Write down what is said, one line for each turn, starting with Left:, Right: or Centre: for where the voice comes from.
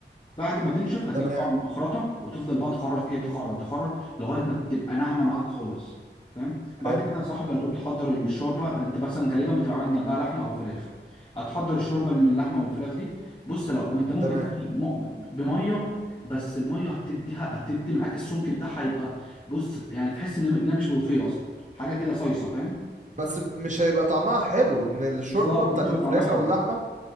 Left: بعد ما تنشف هتجيب
Right: تمام
Left: طبعا المخرطه وتفضل بقى تخرط ايه تخرط
Right: مم.
Left: تخرط لغايه ما تبقى ناعمه معاك خالص فاهم بعد
Right: حلو
Left: كده يا صاحبي هتقوم تحضر الشوربه انت مثلا غالبا بتبقى عامل جنبها لحمه او فراخ هتحضر الشوربه اللي من اللحمه والفراخ دي بص لو انت ممكن
Right: تمام
Left: تعمل بم- بميه بس الميه هتديها هتدي معاك السمك بتاعها يبقى بص يعني تحس ان انها مش ملوخيه اصلا حاجه كده صيصه فاهم
Right: بس مش هيبقى طعمها حلو ان الشوربة
Left: بالظبط
Right: بتاعت
Left: مش هيبقى
Right: الفراخ
Left: طعمها حلو
Right: او اللحمة